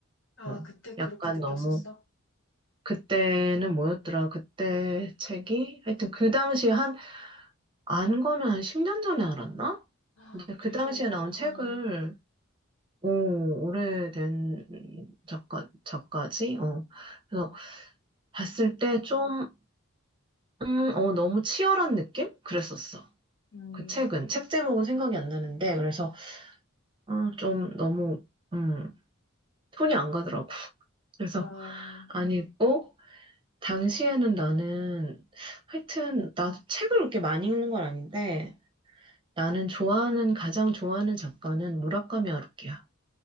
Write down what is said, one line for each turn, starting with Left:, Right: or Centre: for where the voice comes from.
Left: 아,
Right: 응.
Left: 그때 그렇게
Right: 약간
Left: 느꼈었어?
Right: 너무 그때는 뭐였더라? 그때 책이? 하여튼 그 당시에 한, 안 거는 한 10년 전에 알았나?
Left: 아,
Right: 근데 그
Left: 되게
Right: 당시에
Left: 오래됐구나.
Right: 나온 책을, 오, 오래된 작가, 작가지? 어. 그래서 봤을 때 좀, 음, 어, 너무 치열한 느낌? 그랬었어.
Left: 음,
Right: 그 책은. 책 제목은 생각이 안 나는데, 그래서, 어, 좀 너무, 음, 톤이 안 가더라고. 그래서
Left: 아,
Right: 안 읽고, 당시에는 나는 하여튼 나도 책을 그렇게 많이 읽는 건 아닌데 나는 좋아하는 가장 좋아하는 작가는 무라카미 하루키야.